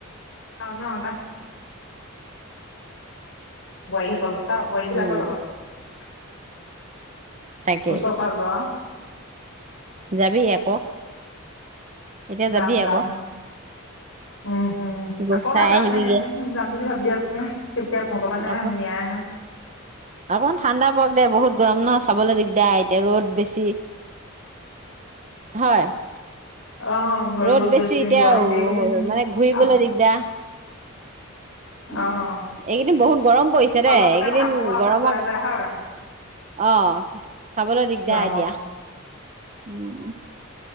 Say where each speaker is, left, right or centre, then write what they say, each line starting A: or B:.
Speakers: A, on the left; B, on the right.
A: নটা। বোৱাৰী হতৰ লগত বোৱাৰী বিলাকৰ
B: উম,
A: লগত
B: তাকেই
A: উচৰ পা যোৱা।
B: যাবি আকৌ। এতিয়া
A: যাম
B: যাবি
A: - যাম।
B: আকৌ
A: উম - হম।
B: গৈ
A: আকৌবাৰ
B: চাই
A: যামেই,
B: আহিবিগে
A: যাম বুলি ভাবি আছো কেতিয়া ভগৱানে
B: আকৌ
A: নিয়ায় আও
B: অকমান ঠাণ্ডা পৰক দে বহুত গৰম ন চাবলৈ দিগদাৰ এতিয়া ৰ'দ বেছি। হয়।
A: অ',
B: ৰ'দ বেছি এতিয়া
A: গৰম
B: ও
A: এইকেইদিন
B: মানে ঘূৰিবলৈ
A: আহ
B: দিগদাৰ।
A: অ'
B: উ। এইকেইদিন বহুত গৰম পৰিছে দে
A: অলপতে
B: এইকেইদিন
A: ভাগৰুৱা হৈ
B: গৰমৰ
A: যোৱা যায় হয়
B: অহ। চাবলৈ দিগদাৰ
A: গৰমত
B: এতিয়া। উম।